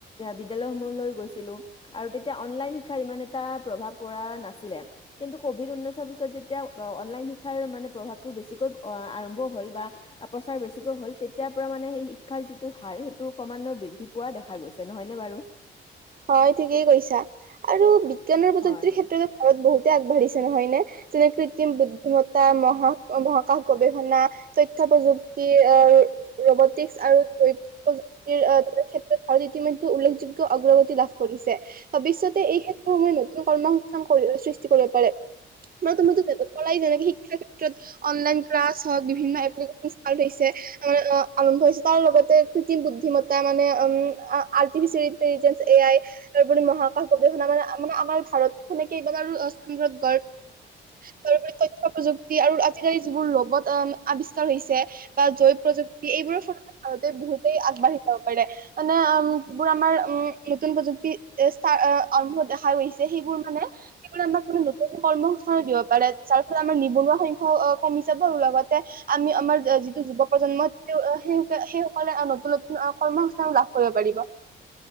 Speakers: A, on the left; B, on the right.
A: বিদ্যালয়সমূহলৈ গৈছিলোঁ। আৰু তেতিয়া অনলাইন শিক্ষাৰ ইমান এটা প্ৰভাৱ পৰা নাছিলে। কিন্তু কভিড উঊনৈশৰ পিছত যেতিয়া অনলাইন শিক্ষাৰ মানে প্ৰভাৱটো বেছিকৈ আৰম্ভ হ'ল বা প্ৰচাৰ বেছিকৈ হ'ল, তেতিয়াৰ পৰা মানে এই শিক্ষাৰ যিটো হাৰ, সেইটো ক্ৰমান্বয় বৃদ্ধি পোৱা দেখা গৈছে, নহয়নে বাৰু!
B: হয়, ঠিকেই কৈছা, আৰু বিজ্ঞান আৰু প্ৰযুক্তিৰ
A: হয়।
B: ক্ষেত্ৰত ভাৰত বহুতে আগবাঢ়িছে নহয়নে! যেনে কৃত্ৰিম বুদ্ধিমত্তা, মহা মহ হাকাশ গৱেষণা, তথ্য প্ৰযুক্তি ৰবৰ্তিকচ আৰু <unintelligible> ক্ষেত্ৰত ভাৰত ইতিমধ্যে উল্লেখযোগ্য অগ্ৰগতি লাভ কৰিছে। ভৱিষ্যতে এই ক্ষেত্ৰসমূহে নতুন কৰ্ম সংস্থান সৃষ্টি কৰিব পাৰে। <unintelligible> তুমি <unintelligible> ক'লাই যেনেকে শিক্ষাৰ ক্ষেত্ৰত অনলাইন ক্লাছ হওক, বিভিন্ন এপ্লিকেশন ষ্টাৰ্ট হৈছে আৰম্ভ হৈছে, তাৰ লগতে কৃত্ৰিম বুদ্ধিতা মানে উম, আৰ্টিফিচিয়েল ইন্টেলিজেঞ্চ, এ আই তাৰপৰি মহাকাশ গৱেষণা মানে, মানে আমাৰ ভাৰত খনে কেইবাৰ আৰু <unintelligible> তাৰপৰি তথ্য প্ৰযুক্তি আৰু আজিকালি যিবোৰ ৰবট আৱিষ্কাৰ হৈছে বা জৈৱ প্ৰযুক্তি, এইবোৰৰ ফলত ভাৰতে বহুতেই আগবাঢ়ি যাব পাৰে। মানে উম, যিবোৰ আমাৰ উম, নতুন প্ৰযুক্তি ষ্টাৰ্ট আৰম্ভ দেখা গৈছে, সেইবোৰ মানে <unintelligible> আমাক মানে নতুন কৰ্মসংস্থাপন দিব পাৰে, যাৰ ফলত আমাৰ নিবনুৱা সংখ্যাও কমি যাব আৰু লগতে আমি আমাৰ যিটো যুৱ-প্ৰজন্ম সেই -সেই সকলে নতুন-নতুন কৰ্মসংস্থাপন লাভ কৰিব পাৰিব।